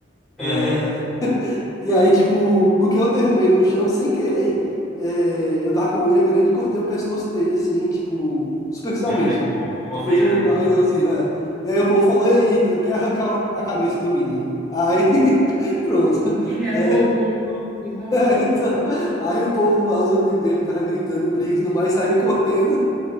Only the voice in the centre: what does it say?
Aham.
Arran...
Bom, deu
uma
arranhada,
né?
Ele é
louco, ele é louco, coitado.